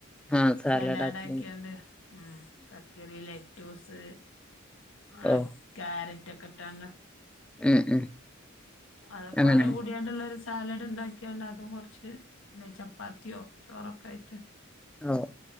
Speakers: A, in the centre; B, on the left.
A: ആ സാലഡാക്കി
B: സലാഡ് ആക്കിയാണ്ട് ഉം കക്കിരീല് <unintelligible> ആഹ്
A: ഓ
B: ക്യാരറ്റ് ഒക്കെ ഇട്ടാണ്ട്
A: ഉം ഉം
B: അതൊക്കെ
A: അങ്ങനെ
B: ആടെ കൂടിയാണ്ടുള്ളൊരു സാലഡ് ഇണ്ടാക്കിയാണ്ട് അതും കൊറച്ച് പിന്നെ ചപ്പാത്തിയോ ചോറൊക്കായിട്ട്
A: ആഹ്